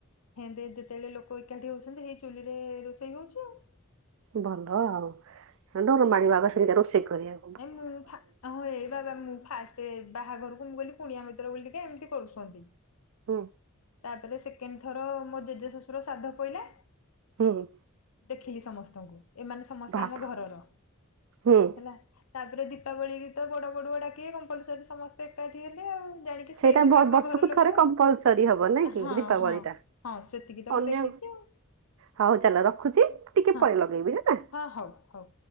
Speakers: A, on the left; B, on the right.
A: ହେନ୍ତି ଯେତେତେବେଳେ ଲୋକ ଏକାଠି ହଉଚନ୍ତି ସେଇ ଚୁଲିରେ ରୋଷେଇ ହଉଛି ଆଉ।
B: ଭଲ ଆଉ ହଁ ଡର ମାଡିବ ଆଗ ସେନ୍ତିଆ ରୋଷେଇ କରିଆ
A: ଏ ମୁଁ ଥାକ୍ ଆହା ଇଏ ବାବା ମୁଁ ଫାଷ୍ଟ ବାହାଘରକୁ ମୁଁ କହିଲି କୁଣିଆ ମିତ୍ର ବୋଲି କେ ଏମତି କରୁଚନ୍ତି।
B: ଓ।
A: ତାପରେ ସେକେଣ୍ଡ ଥର ମୋ ଜେଜେ ଶଶୁର ସାଧ ପଇଲା
B: ହୁଁ।
A: ଦେଖିଲି ସମସ୍ତଙ୍କୁ ଏମାନେ ସମସ୍ତେ
B: ଭାବ
A: ଆମ ଘରର
B: ହୁଁ
A: ହେଲା। ତାପରେ ଦୀପାବଳି ଗୀତ ବଡ ବାଡୁଆ ଡାକେ କମ୍ପଲସରୀ ସମସ୍ତେ ଏକାଠି ହେବେ ଆଉ। ଜାଣିକି
B: ସେଇଟା
A: ସେଇତକ
B: ବ
A: ଆମ
B: ବର୍ଷକୁ
A: ଘର ଲୋକ।
B: ଥରେ କମ୍ପଲସରୀ ହବ ନାଇଁ
A: ଆ
B: କି
A: ହଁ
B: ଦୀପାବଳି
A: ହଁ
B: ଟା
A: ହଁ ସେତିକି ତ
B: ଅନ୍ୟ
A: ମୁଁ ଦେଖିଚି ଆଉ।
B: ହଉ ଚାଲ ରଖୁଚି, ଟିକେ
A: ହଁ
B: ପରେ ଲଗେଇବି ହେଲା।
A: ହଁ, ହଉ, ହଉ।